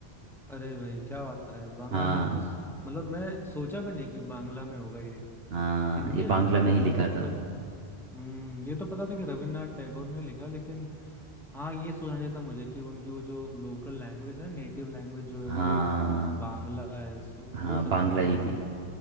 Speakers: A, in the centre; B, on the right.
A: अरे भाई क्या बात कर रहा है बांग्ला
B: हाँ
A: मैं तो स- मतलब मैं सोचा भी नहीं कि बांग्ला में होगा ये
B: हाँ
A: हिंदी
B: ये बांग्ला
A: लग रहा
B: में
A: था
B: ही
A: यार
B: लिखा
A: मतलब
B: था
A: हम्म ये तो पता था कि रविन्द्रनाथ टैगोर ने लिखा लेकिन हाँ ये सोचना चाहिए था मुझे कि उनकी वो जो लोकल लैंग्वेज है नेटिव लैंग्वेज जो है
B: हाँ
A: वो बांग्ला है सो
B: हाँ
A: हो सकता
B: बांग्ला
A: था
B: ही
A: बिल्कुल
B: थी